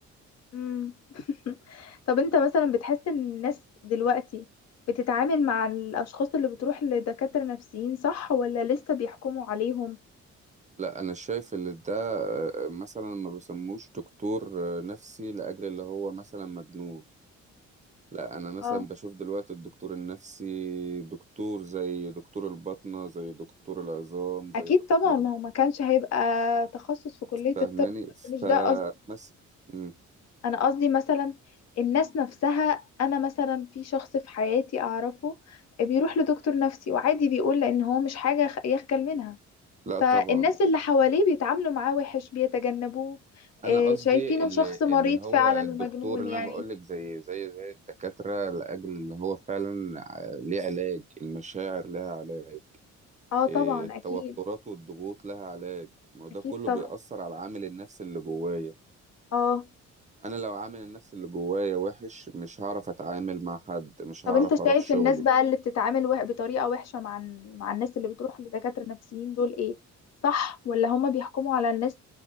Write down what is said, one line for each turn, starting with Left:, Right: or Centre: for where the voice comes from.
Left: مم. <laughs> طب انت مثلا بتحس ان الناس دلوقتي بتتعامل مع الاشخاص اللي بتروح لدكاترة نفسيين صح ولا لسه بيحكموا عليهم
Right: لا أنا شايف إن ده آه، مثلا ما بسموش دكتور آه، نفسي لأجل اللي هو مثلا مجنون لا انا مثلا
Left: اه
Right: بشوف دلوقتي الدكتور النفسي دكتور زي دكتور الباطنة زي دكتور العظام زي
Left: اكيد
Right: دكتور
Left: طبعا ما هو ما كانش هيبقى تخصص في كلية
Right: فاهماني
Left: الطب بس مش
Right: فمس
Left: ده قصدي
Right: مم.
Left: انا قصدي مثلا الناس نفسها انا مثلا في شخص في حياتي اعرفه بيروح لدكتور نفسي وعادي بيقول لان هو مش حاجة يخ- يخجل منها
Right: لا
Left: فالناس
Right: طبعا
Left: اللي حواليه بيتعاملوا معاه وحش بيتجنبوه
Right: انا
Left: آه،
Right: قصدي
Left: شايفينه
Right: اللي
Left: شخص مريض
Right: اللي هو
Left: فعلا
Right: الدكتور
Left: ومجنون
Right: اللي
Left: يعني
Right: انا بقول لك زي زي زي الدكاتره لاجل اللي هو فعلا ع- ليه علاج المشاعر لها علاج
Left: اه طبعا
Right: إيه، التوترات
Left: اكيد
Right: والضغوط لها علاج ما هو ده
Left: اكيد
Right: كله
Left: طبعا
Right: بيأثر على العامل النفسي اللي جوايا
Left: اه
Right: انا لو عامل النفسي اللي جوايا وحش مش هعرف اتعامل مع حد مش
Left: طب
Right: هعرف
Left: انت
Right: اروح
Left: شايف
Right: شغلي
Left: الناس بقى اللي بتتعامل وح- بطريقة وحشة مع ال- مع الناس اللي بتروح لدكاترة نفسيين دول ايه صح ولا هما بيحكموا على الناس